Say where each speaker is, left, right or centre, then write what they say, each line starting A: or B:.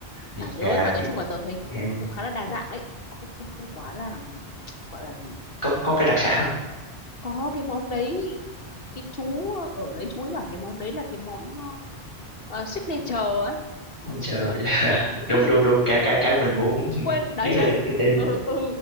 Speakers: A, on the left; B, on the left.
A: thịt
B: chả nhớ
A: gà
B: nhưng mà
A: thịt
B: nói chung là tớ thấy cũng
A: heo
B: cũng khá là đa dạng đấy không không không quá là gọi là gì
A: có có cái đặc sản không
B: có cái món đấy cái chú ở đấy chú ấy bảo cái món đấy là cái món ờ, ờ, signature á
A: Bây giờ
B: chứ mà
A: <laughs>
B: tớ
A: đâu
B: quên
A: đâu đâu cái cái cái mình muốn
B: quên đấy
A: biết
B: đấy
A: là cái cái tên
B: ừ
A: đấy.
B: ừ